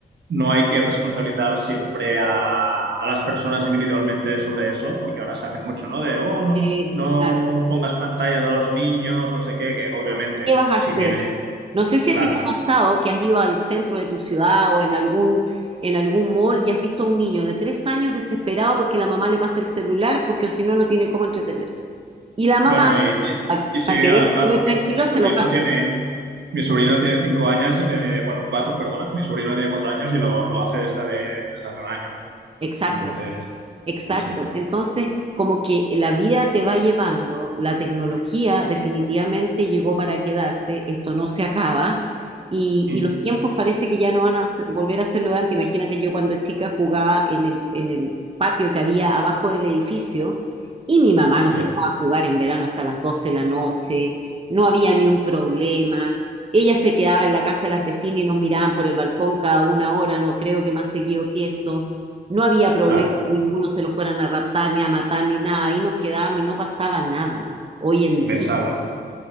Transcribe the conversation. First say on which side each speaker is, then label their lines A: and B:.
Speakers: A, on the right; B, on the right.
A: no hay que responsabilizar siempre a, a las personas individualmente sobre eso, porque ahora se hace mucho, ¿no? De, oh, no,
B: Sí,
A: no
B: claro.
A: pongas pantallas a los niños, no sé qué, que obviamente,
B: ¿Qué vas a
A: si
B: hacer?
A: tiene,
B: No sé si
A: claro,
B: a ti te ha pasado que has ido al centro de tu ciudad o en algún, en algún mall y has visto a un niño de tres años desesperado porque la mamá le pasa el celular porque si no, no tiene cómo entretenerse. Y la mamá,
A: bueno, y, y- y sin
B: para
A: ir
B: que
A: a
B: deje
A: la plaza,
B: de comer tranquilo,
A: mi, so- mi sobrino
B: se lo pasa.
A: tiene, mi sobrino tiene cinco años, eh, bueno, cuatro, perdona, mi sobrino tiene cuatro años y lo, lo hace desde, hace- desde hace un año.
B: Exacto.
A: Entonces,
B: Exacto.
A: sí, sí.
B: Entonces, como que la vida te va llevando, la tecnología definitivamente llegó para quedarse, esto no se acaba y,
A: Mm,
B: y los tiempos parece que ya no van a se- volver a ser lo de antes. Imagínate, yo cuando chica jugaba en el, en el patio que había abajo del edificio y mi mamá
A: sí,
B: nos dejaba jugar en verano hasta las 12 de la noche, no había ni un problema. Ella se quedaba en la casa de las vecinas y nos miraban por el balcón cada una hora, no creo que más seguido que eso. No había problema
A: claro,
B: que ninguno se lo fueran a raptar, ni a matar, ni nada. Ahí nos quedábamos y no pasaba nada. Hoy en
A: impensable
B: día,
A: ahora.